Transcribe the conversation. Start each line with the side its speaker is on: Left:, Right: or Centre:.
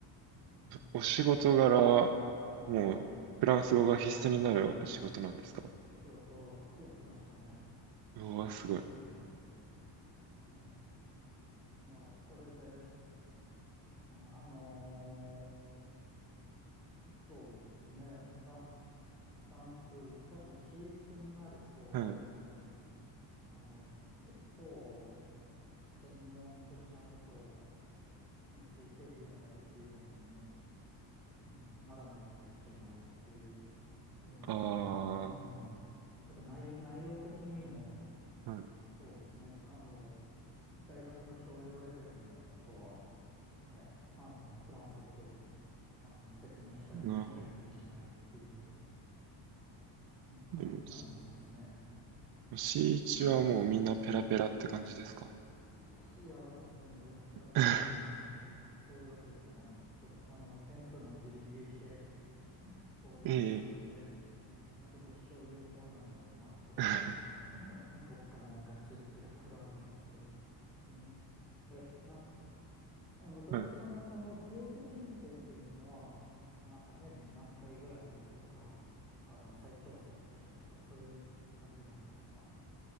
Centre: うん、
Right: お仕事柄、もう、
Centre: はい。
Right: フランス語が必須になる仕事なんですか
Centre: 仕事をやってましたね。
Right: うわ、すごい。
Centre: ええ、ええ、まあ、それで、ねあのーそうですね。フラ、フランス、確かにシーチになると、
Right: はい。
Centre: うんあの、結構専門的なことをについて議論ができるように、うん、ならないといけないという言いますか、
Right: ああ、
Centre: うん。やっぱ内、内容的にも、
Right: はい。
Centre: そうですね。あの、大学の教養レベルのことは、え、あの、フランス語で、あの、説明したりできないといけないっていう
Right: なるほど。
Centre: うん、感じにはなりますね。
Right: でも、C1 はもうみんなペラペラって感じですか
Centre: いや、いや、私全然ペラペラじゃないので、
Right: <laughs>
Centre: そういうわけではないんですけど、あの、点数もギリギリで通りましたので、
Right: ええ。
Centre: まあでも一生有効なので、まあ取ったもん、
Right: <laughs>
Centre: <laughs> 取ったもん勝ちってところはありますけど、うん、え、なんか、あの、ドイツ語のそのゲーテ検定っていうのは、
Right: はい
Centre: なんか年に何回ぐらいあるとか、あの、再挑戦できるとか、そういう感じなんですか。